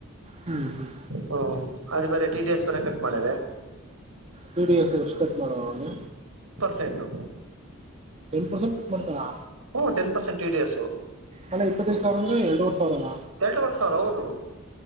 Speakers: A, on the right (about 30°); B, on the right (about 85°).
A: ಹ್ಮ್ ಹ್ಮ್
B: ಹ್ಮ್ ಅದು ಬೇರೆ ಟಿ ಡಿ ಎಸ್ ಬೇರೆ ಕಟ್ ಮಾಡಿ
A: ಪಿ ಡಿ ಎಫ್ ಎಸ್ಪಟ್ ಮಾಡುವಾಗ
B: ಸೆಂಡು
A: ಪರ್ಸೆಂಟ್ ಕಟ್ ಮಾಡ್ತಾರಾ
B: ಹು ಟೆನ್ ಪಸೆಂಟ್ ಟಿಡಿಎಸ್ಸು
A: ಅಲ್ಲ ಇಪ್ಪತ್ತೈದು ಸಾವಿರ ಅಂದ್ರೆ ಎರಡ್ವರ್ ಸಾವಿರನ
B: ಎರಡೂವರೆ ಸಾವಿರ ಹೌದು